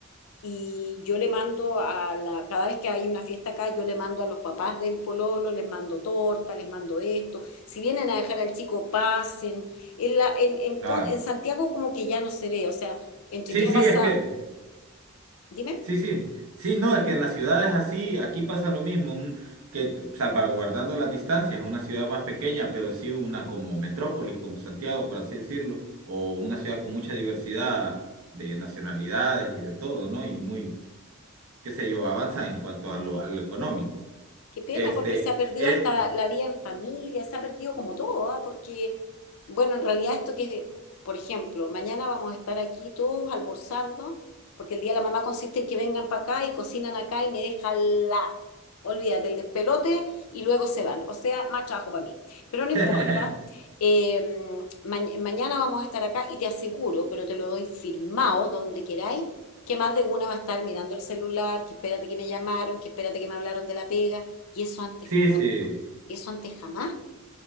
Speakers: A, on the left; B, on the right.
A: y yo le mando a la, cada vez que hay una fiesta acá, yo le mando a los papás del pololo, les mando torta, les mando esto, si vienen a dejar al chico, pasen. En, la, en, en,
B: claro.
A: con- en Santiago como que ya no se ve, o sea, entre
B: Sí,
A: qué
B: sí,
A: ha pasado,
B: es que,
A: dime.
B: sí, sí, sí, no, es que en las ciudades así, aquí pasa lo mismo, un- que t- salvaguardando las distancias, una ciudad más pequeña, pero sí una como metrópolis, como Santiago, por así decirlo, o una ciudad con mucha diversidad de nacionalidades y de todo, ¿no? Y muy, qué sé yo, avanza en cuanto a lo, a lo económico.
A: Qué pena,
B: Este,
A: porque se ha perdido
B: eh,
A: hasta la vida en familia, se ha perdido como todo, ¿ah? Porque, bueno, en realidad esto que, por ejemplo, mañana vamos a estar aquí todos almorzando, porque el día de la mamá consiste en que vengan para acá y cocinan acá y me dejan la, olvídate, el despelote y luego se van. O sea, más trabajo para mí. Pero no importa,
B: <laughs>
A: eh, ma- mañana vamos a estar acá y te aseguro, pero te lo doy firmado donde queráis, que más de una va a estar mirando el celular, que espérate que me llamaron, que espérate que me hablaron de la pega ¿Y eso antes
B: sí,
A: cuándo?
B: sí.
A: ¿Eso antes jamás?